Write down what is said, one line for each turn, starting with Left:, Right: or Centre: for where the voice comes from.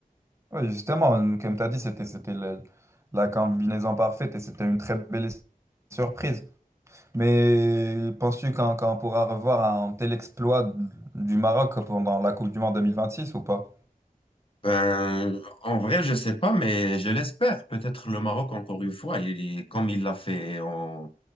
Right: Oui, justement, comme tu as dit, c'était c'était le- la combinaison parfaite et c'était une très belle surprise. Mais penses-tu qu'on qu'on pourra revoir un tel exploit du Maroc pendant la Coupe du Monde 2026 ou pas?
Left: Ben, en vrai, je sais pas, mais je l'espère. Peut-être le Maroc, encore une fois, il, comme il l'a fait en